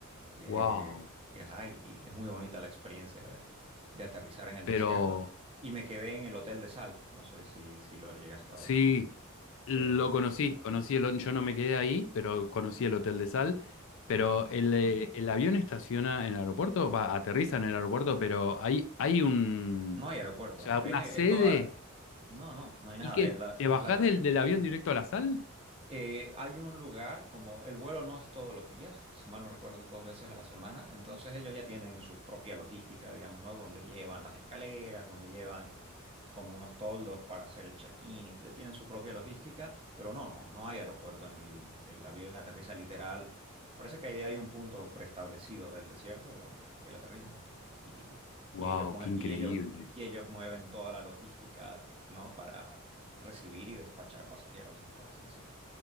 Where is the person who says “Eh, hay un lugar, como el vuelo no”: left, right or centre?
Right